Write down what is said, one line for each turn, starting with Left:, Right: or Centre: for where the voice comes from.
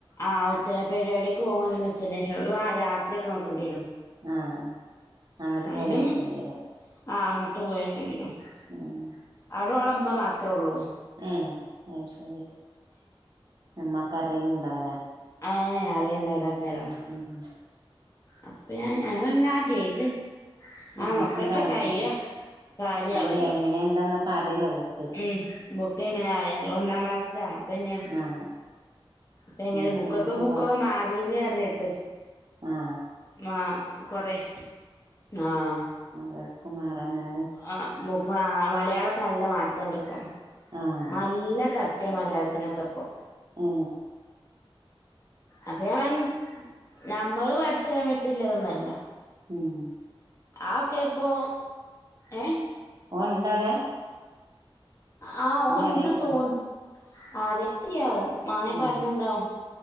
Left: ആഹ് ഉച്ചവരെ പരിവാടിക്ക് പോവുബ പിന്നെ ഉച്ചനേഷം ആ രാ ത്രി ഒക്കെ നോക്കണ്ടേരും
Right: ആഹ് അങ്ങട്ട്
Left: അതിനൊന്നും
Right: പോയി എടുക്കേണ്ടി വരും
Left: ആ ആങ്ങട്ട് പോയ നിക്കണ്ടേരും
Right: ഉം
Left: അവിടോളമ്മ മാത്രള്ളു
Right: ഏഹ് അത് ശെരി ഇമ്മക്കാരെലുംണ്ടാവുലേ
Left: ഏഹ് അറിയിണ്ടാരാക്കാരം
Right: ഉം ഉം
Left: അപ്പ ഞാൻ വന്ന ചെയ്ത് ആ
Right: ഞമ്മക്കും
Left: നോക്കട്ടെ
Right: കാര്യമില്ല
Left: ചെയ്യ കാര്യ
Right: അല്ലെ
Left: ആവല്ലോ
Right: എങ്ങനെ എന്താന്നൊക്കെ അറിയല്ലോ ബുക്ക്
Left: ഉം ബുക്ക് ക്കെങ്ങനെയെ അറിയ ഒന്നാം ക്ലാസ്സിലകണം പിന്നെ
Right: ആഹ്
Left: ഇപ്പ എങ്ങനെ
Right: അയ്നൊപ്പം
Left: ബുക്കപ്പൊ
Right: ബുക്ക്
Left: ബുക്കൊക്കെ മാറീന്ന് പറന്നേക്കേട്ടു
Right: ആഹ
Left: മാ കൊറേ ന്നാആ
Right: അതൊക്ക മറാകാണ്ടു
Left: ആ ബുക് ആ മലയാളൊക്കെ നല്ല മാറ്റാണ്ട് ഇപ്പം
Right: ആഹ്
Left: നല്ല കട്ടിയ മലയാൾത്തിനൊക്കെപ്പോ
Right: ആ ആ
Left: അപ്പ ഞ നമ്മള് പഠിച്ചസമയത്ത്ല്ലതൊന്നല്ല
Right: ഉം
Left: ആഹൊക്കെപ്പൊ ഏഹ്
Right: ഓൻണ്ടടേ
Left: ആഹ ഓൻ ണ്ട്
Right: അറിയിക്കും
Left: തോന്ന് അറി യാവും മാനെ പർണ്
Right: ഉം
Left: ണ്ടാവും